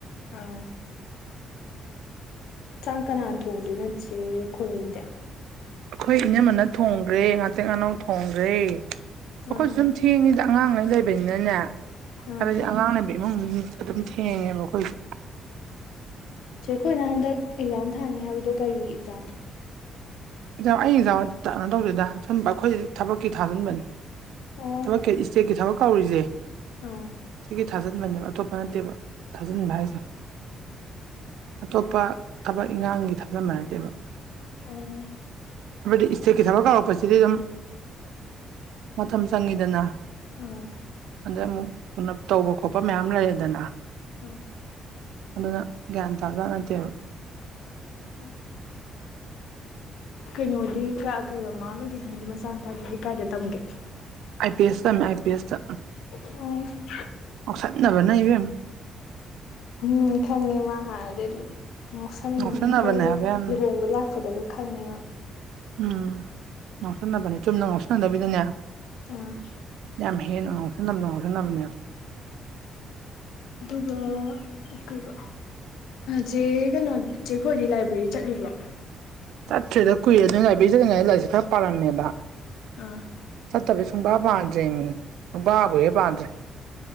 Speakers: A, on the left; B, on the right.
A: ꯎꯝ ꯆꯥꯛ ꯀꯅꯥ ꯊꯣꯡꯗꯣꯏ ꯅꯠꯁꯦ ꯈꯣꯏꯔꯒꯤꯗꯤ
B: ꯑꯩꯈꯣꯏ ꯏꯅꯝꯃꯅ ꯊꯣꯡꯒ꯭ꯔꯦ ꯉꯇꯦꯛ ꯉꯥꯅꯧ ꯊꯣꯡꯈ꯭ꯔꯦ ꯑꯩꯈꯣꯏꯁꯨ
A: ꯑꯥ
B: ꯁꯨꯝ ꯊꯦꯡꯉꯤ ꯁꯤ ꯑꯉꯥꯡꯉꯩ ꯂꯩꯕꯅꯤꯅꯅꯦ
A: ꯑꯥ
B: ꯍꯥꯏꯕꯗꯤ ꯑꯉꯥꯡꯅꯕꯤ ꯏꯃꯨꯡꯒꯤꯅꯤ ꯑꯗꯨꯝ ꯊꯦꯡꯉꯉꯦ ꯃꯈꯣꯏꯁꯦ
A: ꯁꯦ ꯑꯩꯈꯣꯏꯅ ꯍꯟꯗꯛ ꯑꯦꯛꯖꯥꯝ ꯊꯥꯅꯤ ꯍꯥꯏꯕꯗꯣ ꯀꯩ ꯑꯦꯛꯖꯥꯝ
B: ꯏꯖ ꯑꯩꯩꯅ ꯏꯖꯥ ꯀꯩꯅꯣ ꯇꯧꯗꯣꯏꯗ ꯁꯨꯝ ꯑꯩꯈꯣꯏ ꯊꯕꯛꯀꯤ ꯊꯥꯖꯤꯟꯕꯅꯤ
A: ꯑꯣ
B: ꯊꯕꯛ ꯏꯁꯇꯦꯠꯀꯤ ꯊꯕꯛ ꯀꯧꯔꯤꯁꯦ
A: ꯑꯥ
B: ꯁꯤꯒꯤ ꯊꯥꯖꯤꯟꯕꯅꯦꯕ ꯑꯇꯣꯞꯄ ꯅꯠꯇꯦꯕ ꯊꯥꯖꯤꯟꯕ ꯍꯥꯏꯁꯦ ꯑꯇꯣꯞꯄ ꯊꯕꯛ ꯏꯪꯈꯥꯡꯒꯤ ꯊꯥꯖꯕ ꯅꯠꯇꯦꯕ
A: ꯎꯝ
B: ꯕꯦꯗꯤ ꯏꯁꯦꯀꯤ ꯊꯕꯒꯄꯁꯤꯤ ꯑꯗꯨꯝ ꯃꯇꯝ ꯆꯪꯉꯤꯗꯅ
A: ꯑꯥ
B: ꯑꯗꯩ ꯑꯃꯨꯛ ꯇꯧꯕ ꯈꯣꯠꯄ ꯃꯌꯥꯝ ꯂꯩꯌꯦꯗꯅ
A: ꯎꯝ
B: ꯑꯗꯨꯅ ꯒ꯭ꯌꯥꯟ ꯇꯥꯕꯗ ꯅꯠꯇꯦꯕ
A: ꯑꯣ ꯀꯩꯅꯣꯗꯤ ꯀꯩꯣꯃ ꯑꯃꯗꯤꯗꯤꯁꯥꯏꯗꯨ ꯃꯆꯥꯅꯨꯄꯥꯗꯨꯗꯤ ꯀꯥꯏꯗ ꯇꯝꯒꯦ
B: ꯑꯥꯏ ꯄꯤ ꯑꯦꯁ ꯇꯝꯃꯦ ꯑꯥꯏ ꯄꯤ ꯑꯦꯁ ꯇ
A: ꯑꯣ
B: ꯑꯣꯁꯥꯗ ꯅꯕ ꯅ ꯏꯕꯦꯝ
A: ꯎꯝ ꯈꯪꯉꯦ ꯃꯥ ꯍꯥꯥꯟꯗ ꯑꯗꯨ ꯉꯥꯎꯁꯟꯅꯅꯤ
B: ꯉꯥꯎꯁꯟꯅꯕꯅꯦ
A: ꯑꯩꯈꯣꯏ
B: ꯍꯥꯏꯕ ꯌꯥꯝ
A: ꯂꯨꯍꯣꯡꯕ ꯂꯥꯛꯄꯗꯒ ꯈꯪꯉꯦ
B: ꯎꯝ ꯉꯥꯎꯁꯟꯅꯕꯅꯤ ꯆꯨꯝꯅ ꯉꯥꯎꯁꯟꯅꯗꯕꯤꯗꯅꯦ
A: ꯑ
B: ꯌꯥꯝ ꯍꯦꯟꯅ ꯉꯥꯎꯁꯟꯅꯕꯗꯣ ꯉꯥꯎꯁꯟꯅꯕꯅꯦꯕ
A: ꯑꯗꯨꯒ ꯀꯩꯕ ꯆꯦ ꯀꯩꯅꯣ ꯆꯦ ꯈꯣꯏꯗꯤ ꯂꯥꯏꯕ꯭ꯔꯦꯔꯤ ꯆꯠꯂꯤꯕ꯭ꯔꯣ
B: ꯆꯠꯇ꯭ꯔꯦꯗ ꯀꯨꯏꯔꯦꯗ ꯂꯥꯏꯕ꯭ꯔꯦꯔꯤ ꯆꯠꯂꯤꯉꯩꯗ ꯂꯥꯏꯔꯤꯛꯁꯦ ꯈꯔ ꯄꯥꯔꯝꯃꯦꯕ
A: ꯑꯥ
B: ꯆꯠꯇꯕꯗꯩ ꯁꯨꯡꯄꯥ ꯄꯥꯗ꯭ꯔꯦꯃꯤ ꯁꯨꯡꯕꯥꯕꯨ ꯍꯦꯛ ꯄꯥꯗ꯭ꯔꯦ